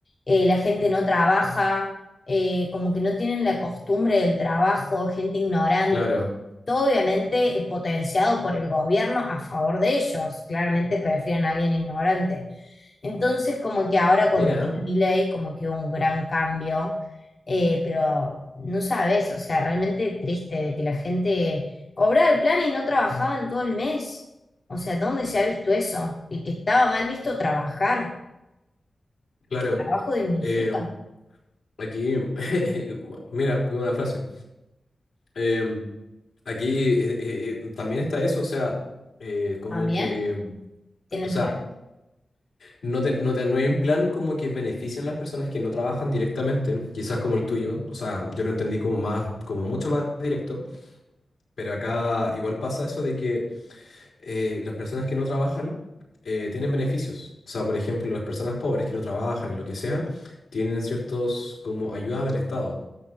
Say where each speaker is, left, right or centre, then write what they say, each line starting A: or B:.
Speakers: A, on the left; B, on the left.
A: eh, la gente no trabaja, eh, como que no tienen la costumbre del trabajo, gente ignorante.
B: claro.
A: Todo obviamente eh, potenciado por el gobierno a favor de ellos. Claramente prefieren a alguien ignorante. Entonces, como que ahora cuando
B: Mira,
A: vino
B: ¿eh?
A: Milei, como que hubo un gran cambio, eh, pero no sabes, o sea, realmente triste de que la gente cobraba el plan y no trabajaba en todo el mes. O sea, ¿dónde se ha visto eso? Y que estaba mal visto trabajar.
B: claro.
A: Trabajo dignifica.
B: Eh, aquí, <laughs> mira, tengo una frase. Eh, aquí eh, eh, eh, también está eso, o sea, eh, como
A: ¿También?
B: en que,
A: ¿Tienen
B: o sea,
A: plan?
B: No, te- no, te- no hay un plan como que beneficien a las personas que no trabajan directamente, quizás como el tuyo. O sea, yo lo entendí como más, como mucho más directo, pero acá igual pasa eso de que eh, las personas que no trabajan eh, tienen beneficios. O sea, por ejemplo, las personas pobres que no trabajan en lo que sea, tienen ciertos como ayudas del Estado.